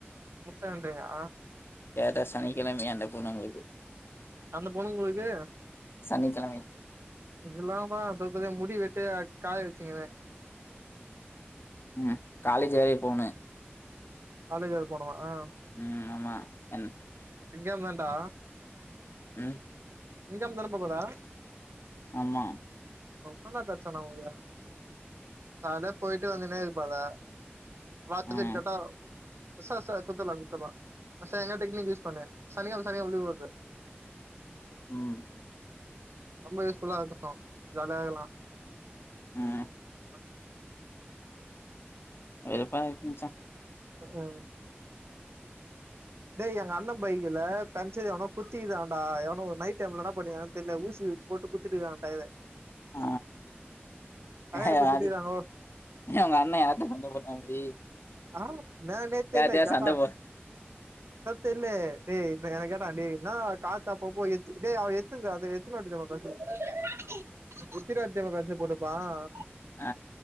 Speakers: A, on the right (about 80°); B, on the left (about 65°).
A: முட்டன்றீங்கா
B: கேட்டா சனிக்கெழமயா அந்த பொண்ணுங்களுக்கு
A: அந்த பொண்ணுங்களுக்கு
B: சனிக்கெழமை
A: இதெல்லாம்ப்பா அதோ பெரிய முடி வெட்டு காய வச்சுகினு
B: ம் காலேஜ் வரயு போணு
A: காலேஜ் வேற போணுமா ஆ
B: ம் ஆமா என்
A: சிங்கோ தான்டா
B: ம்
A: சிங்கம் நெனப்பு பார்டா
B: ஆமா
A: <unintelligible> ஆளே போய்ட்டு வந்துனே இருப்பாங்க <inaudible>
B: ம்
A: கேட்டா ச ச குட்த்தலா குட்த்தலா <unintelligible> எங்க டெக்னிக் யூஸ் பண்ணு சனிக்கெழ்ம சனிக்கெழ்ம லீவ் போட்ரு
B: ம்
A: ரொம்ப யூஸ்ஃபுல்லா இருக்கு ஜாலியா இக்கலா
B: ம்
A: <inaudible>
B: வெறுப்பா இருக்கு மச்சா
A: ம் ம் டேய் எங்க அண்ணெ பைக்ல ஃபரண்ட் செட் எவனோ குத்திக்குதான்டா எவனோ ஒரு நைட் டைம்ல என்ன பண்ணிருக்காங்கன் தெர்ல ஊசி போட்டு குத்திட்டு இருக்கா அவ டயர
B: ஆ <unintelligible>
A: டயர குத்திட்டுருக்காங்கோ
B: உங்க அண்ணெ யாருட்ட சண்ட போட்டா அப்டி
A: ஆ இன்னானே தெர்ல
B: யார்ட்டயா
A: கேட்டா
B: சண்ட போ
A: <unintelligible> <unintelligible>
B: அ